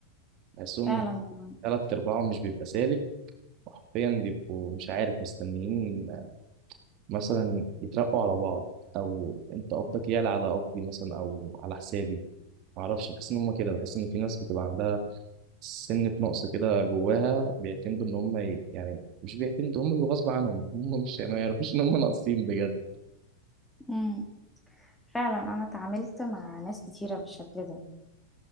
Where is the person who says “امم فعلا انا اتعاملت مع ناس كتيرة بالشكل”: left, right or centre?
Centre